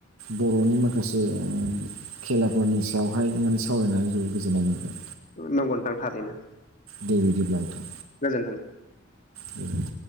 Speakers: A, on the right; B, on the left.
A: बर'नि माखासे खेलाफोरनि सायावहाय माने सावरायनानै जोबोद गोजोननाय मोनगोन
B: नांगौ नोंथां थारैनो
A: दे बिदिब्ला नोंथों
B: गोजोनथोंदों
A: बे